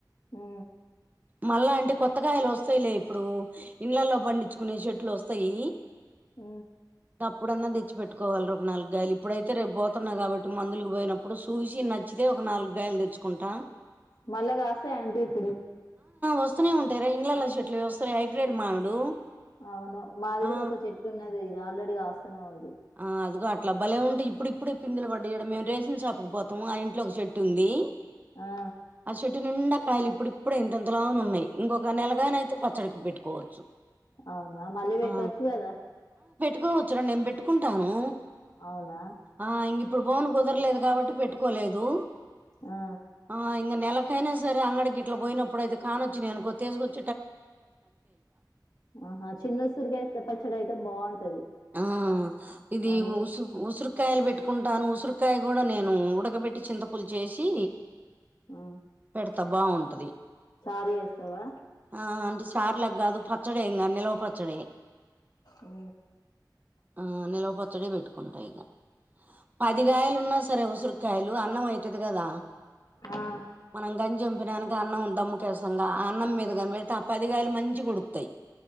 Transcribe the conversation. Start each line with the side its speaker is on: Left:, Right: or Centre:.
Left: హు
Right: మళ్ళా అంటే కొత్తకాయలు వస్తాయిలే ఇప్పుడు ఇండ్లలో పండించుకునే చెట్లు వస్తాయి
Left: ఆ
Right: ఇప్పుడన్నా తెచ్చి పెట్టుకోవాలి ఒక నాలుగుగాయలు ఇప్పుడైతే రేపు పోతున్నా కాబట్టి మందుకి పోయినప్పుడు చూసి నచ్చితే ఒక నాల్గు గాయాలు తెచ్చుకుంట
Left: మళ్ళా కాస్తాయి ఆంటీ ఇప్పుడు
Right: వస్తూనే ఉంటార ఇండ్లల చెట్లు వస్తాయి హైబ్ర్రిడ్ మామిడు
Left: అవును మాది
Right: ఆ
Left: కూడ ఒక చెట్టు ఉన్నది ఇది ఆల్రెడీ కాస్తునే ఉంది
Right: ఆ అదిగో అట్ల బలే ఉంటాయి ఇప్పుడు ఇప్పుడే పిందులు <unintelligible> మేము రేషన్ షా పోతము ఇంట్లో ఒక చెట్టు ఉంది
Left: ఆ
Right: ఆ చెట్టు నిండ కయ్ ఇప్పుడు ఇప్పుడే ఇంతలాన ఉన్నాయి ఇంకొక నెలగాన అయితే పచ్చడికి పెట్టుకోవచ్చు
Left: అవునా మళ్ళీ పెట్టొచ్చు
Right: ఆ
Left: కద
Right: <unintelligible> నేను పెట్టుకుంటాను
Left: అవునా
Right: ఆ ఇంగ ఇప్పుడు బాన్ కుదరలేదు కాబట్టి పెట్టుకోలేదు
Left: ఆ
Right: ఆ ఈ ఇం నెలకైనా సరే అంగడికి ఇట్లా పోయినప్పుడయితే కానొచ్చి నేను తికొేసుకొచ్చి
Left: ఆహా చిన్నస్తుూరిగాస్త పచ్చడి అయితే బాగుంటది
Right: ఆ ఇది
Left: అన్ని
Right: ఉసు ఉ ఉసురకాయలు పెట్టుకుంటాను ఉసురికాయ కూడా నేను ఉడకబెట్టి చింతపులు చేసి
Left: ఆ
Right: పెడతా బాగుంటది
Left: చారు చేస్తావా
Right: ఆ అంటే చార్ల గా కాదు పచ్చడే ఇంకా నిలువ పచ్చడి
Left: ఉ
Right: ఆ నిలవపచ్చడిే పెట్టుకుంటా ఇగ పదిగాయలు ఉన్నా స సారే ఉసిరికాయలు అన్నం అతుంది కద
Left: ఆ
Right: మనం గంజి ఓంప్ బిర్యానీకి అన్నం వేస్తాం కదా ఆ అన్నం మీద కనపెడితే ఆ పదిగాయలు మంచి కొడుకుతాయి